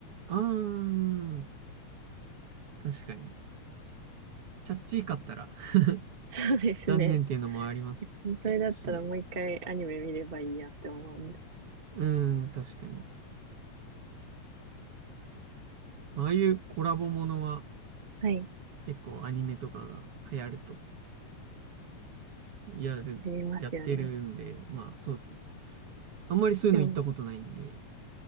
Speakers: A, on the right; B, on the right.
A: ああ、確かに。チャッチーかったら <laughs>
B: そうですね。
A: 残念っていうのもあります
B: <laughs> 別にそれだったらもう一回アニメ見ればいいやって思うんで。
A: しね。うん、確かに。まああいうコラボものは
B: はい。
A: 結構アニメとかが流行ると、やる、
B: やりますよね。
A: やってるんで、まあそうですね。あんまりそういうの行ったことないんで。
B: でも、